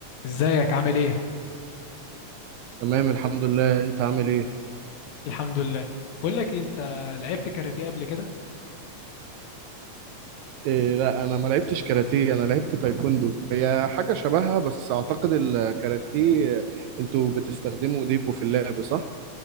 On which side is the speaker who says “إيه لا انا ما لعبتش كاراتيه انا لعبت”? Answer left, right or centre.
Right